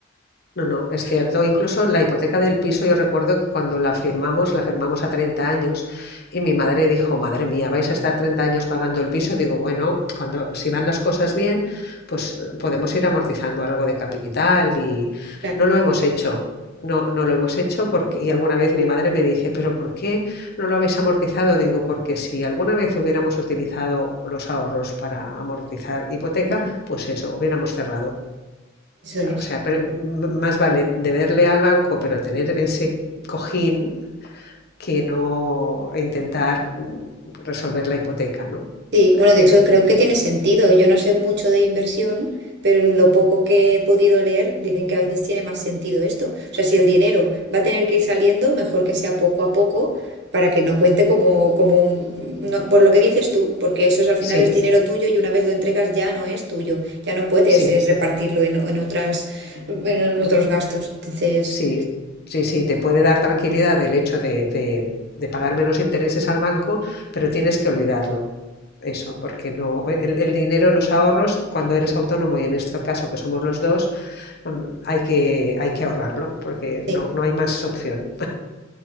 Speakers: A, on the left; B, on the right.
A: No, no, es cierto. Incluso la hipoteca del piso, yo recuerdo que cuando la firmamos, la firmamos a 30 años y mi madre dijo, madre mía, vais a estar 30 años pagando el piso. Digo, bueno, cuando si van las cosas bien, pues podemos ir amortizando algo de capital y
B: Claro,
A: no lo hemos hecho. No, no lo hemos hecho porque y alguna vez mi madre me dice, pero ¿por qué no lo habéis amortizado? Digo, porque si alguna vez hubiéramos utilizado los ahorros para amortizar hipoteca,
B: Ujú.
A: pues eso, hubiéramos cerrado.
B: eso es.
A: O sea, pre- más vale deberle al banco, pero tener ese cojín que no intentar mm, resolver la hipoteca, ¿no?
B: Sí, bueno,
A: Eh, que-
B: de hecho creo
A: que-
B: que tiene sentido. Yo no sé mucho de inversión, pero lo poco que he podido leer dicen que a veces tiene más sentido esto. O sea, si el dinero va a tener que ir saliendo, mejor que sea poco a poco para que no cuente como, como un, no- por lo que dices tú, porque eso es, al final
A: sí,
B: es dinero tuyo y una vez lo entregas ya no es tuyo, ya no puedes
A: sí,
B: eh, repartirlo en, en otras, en otros gastos. Entonces,
A: sí, sí, sí, te puede dar tranquilidad el hecho de, de- de pagar menos intereses al banco, pero tienes que olvidarlo, eso, porque no, el, el dinero, los ahorros, cuando eres autónomo y en este caso que somos los dos, mm, hay que, hay que ahorrarlo, porque
B: sí.
A: no, no hay más opción.